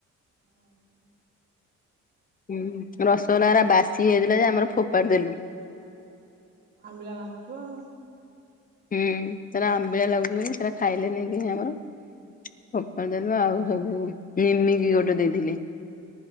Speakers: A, on the right (about 35°); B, on the left (about 30°).
A: ଓ ହୋ।
B: ହୁଁ ରସୋଗୋଲା ଗୁ୍ରା ବାସି ହେଇଥିଲା ଯେ ଆମର ଫୋପାଡି ଦେଲୁ।
A: ଆମ୍ବିଳା ଲାଗୁଥିବ ଆଉ।
B: ହୁଁ ସେରା ଆମ୍ବିଳା ଲାଗୁଛି ବୋଲି ସେରା ଖାଇଲେନି କେହି ଆମର। ଫୋପାଡ଼ି ଦେଲୁ ଆଉ ହେଠୁ ନିମିକି ଗୋଟେ ଦେଇଥିଲେ।